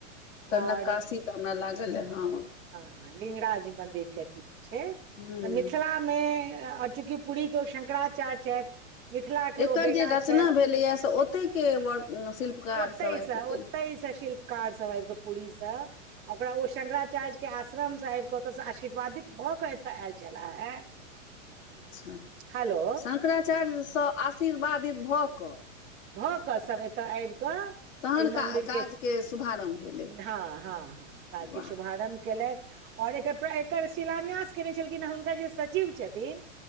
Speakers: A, on the left; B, on the right.
A: कर
B: आओर
A: नक्कशी तऽ हमरा लागल हइ हँ
B: हँ लिंगराज मंदिर के अथी छै
A: हूँ
B: तऽ मिथिलामे आओ चूँकि पूरीके ओ शंकराचार्य छथि मिथिला के
A: एकर
B: ओ बेटा
A: जे रचना
B: छथि
A: भेलैए से ओतहिके व शिल्पकारसभ
B: ओतय
A: आबि
B: स
A: कऽ केलखिन
B: ओतय स शिल्पकार सब आबि कऽ पूरी स ओकरा ओ शंकराचार्यके आश्रम सँ आबिके ओतयसँ आशीर्वादित भऽ कऽ एतय आयल छलाह हे
A: अच्छा
B: हेलो
A: शंकराचार्यसँ आशीर्वादित भऽ कऽ
B: भऽ कऽ सब एतऽ आबि कऽ
A: तहन
B: ओइ मन्दिरके
A: का काजके शुभारम्भ भेलै
B: हँ हँ हँ काजके
A: वाह
B: शुभारम्भ केलथि आओर एकर एकर शिलान्यास केयने छलखिन हेँ हुनकर जे सचिव छथिन